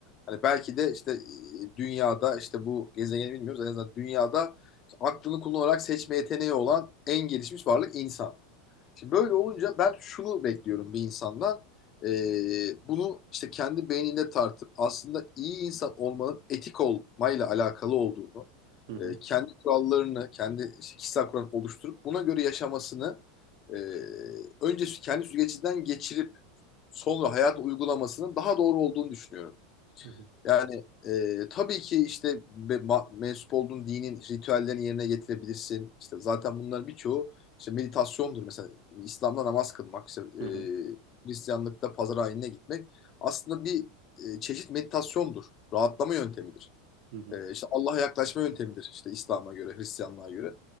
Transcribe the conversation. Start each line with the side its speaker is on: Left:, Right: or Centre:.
Left: Hani belki de işte e, dünyada işte bu gezegeni bilmiyoruz en azından dünyada işte aklını kullanarak seçme yeteneği olan en gelişmiş varlık insan. Şimdi böyle olunca ben şunu bekliyorum bir insandan. E, bunu işte kendi beyninde tartıp aslında iyi insan olmanın etik olmayla alakalı olduğunu,
Right: hı hı,
Left: e, kendi kurallarını, kendi işte kişisel kuralını oluşturup buna göre yaşamasını e, önce kendi süzgecinden geçirip sol ve hayat uygulamasının daha doğru olduğunu düşünüyorum.
Right: hı hı,
Left: Yani e, tabii ki işte mensup olduğun dinin ritüellerini yerine getirebilirsin. İşte zaten bunların birçoğu işte meditasyondur mesela. İslam'da namaz kılmak, işte, e,
Right: hı hı,
Left: Hristiyanlıkta pazar ayinine gitmek aslında bir e, çeşit meditasyondur. Rahatlama yöntemidir.
Right: hı hı.
Left: Ee, işte Allah'a yaklaşma yöntemidir işte İslam'a göre, Hristiyanlığa göre.